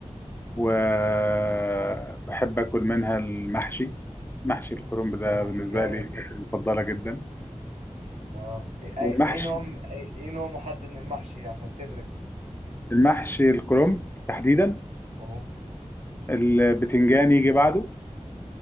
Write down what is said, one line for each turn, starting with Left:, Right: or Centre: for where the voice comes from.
Left: وبحب اكل منها المحشي محشي الكرنب ده
Right: اوه
Left: بالنسبه
Right: جامد
Left: لي أكلة مفضله جدا
Right: اه ايه
Left: والمحشي
Right: إيه نوع ايه إيه نوع محدد من المحشي عشان تفرق
Left: المحشي الكرنب تحديدا
Right: اوه
Left: البتنجان يجي بعده